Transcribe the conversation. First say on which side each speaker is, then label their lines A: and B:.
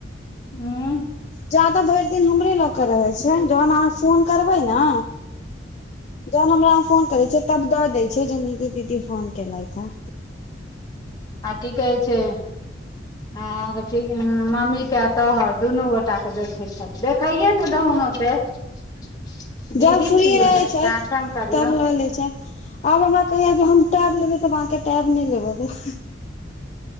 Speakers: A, on the left (about 20°); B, on the left (about 40°).
A: ह
B: जादा भरि दिन हमरे लऽ के रहैय छैय जहन अहाँ फोन करबै न जहन हमरा फोन करै छिय तब द दैय छैय जे दीदी दीदी फोन केलथि हे
A: आ कि कहै छैय आ ठीक ने मम्मी के तोहर दुनू गोटा के देखैय छैय। देखैये ने दहुन ओते। <unintelligible> दीदी
B: जब फ्री
A: छी
B: रहै छथि
A: शासन करियौ
B: तब ल लय छथि आब हमरा कहैयये जे हम टैब लेबे त अहाँकेँ टैब नहि लेबय देब